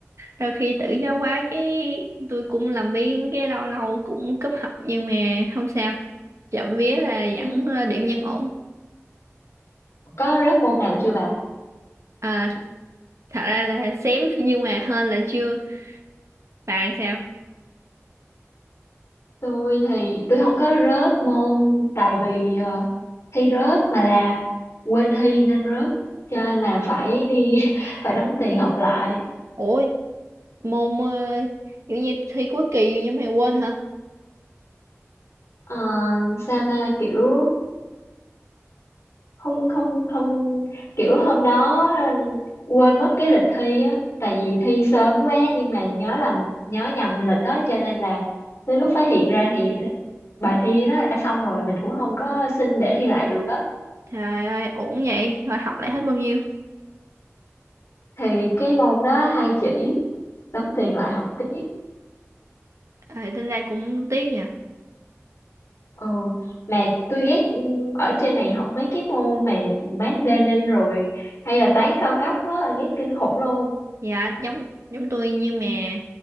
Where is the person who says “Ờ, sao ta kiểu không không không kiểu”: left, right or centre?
Left